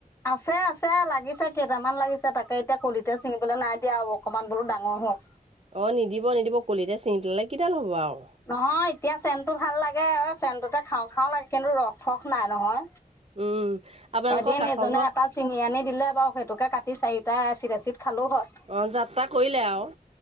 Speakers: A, on the left; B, on the right.
A: আছে আছে, লাগিছে কেইটামান লাগিছে। তাকে এতিয়া কলিতে ছিঙিবলৈ নাই দিয়া আৰু অকণমান বোলো ডাঙৰ হওঁক।
B: অ', নিদিব নিদিব, কলিতে ছিঙি পেলালে কিডাল হ'ব আৰু।
A: নহয়, এতিয়া চেনটো ভাল লাগে, চেনটোতে খাওঁ খাওঁ লাগে, কিন্তু ৰস ফস নাই নহয়।
B: উম। আপোনালোকৰ
A: এদিন
B: কাষৰ
A: এজনে
B: ঘৰ
A: এটা চিঙি আনি দিলে বাৰু সেইটোকে কাটি চাৰিটা এচিত এচিত খালো হয়।
B: অ', যাত্ৰা কৰিলে আৰু।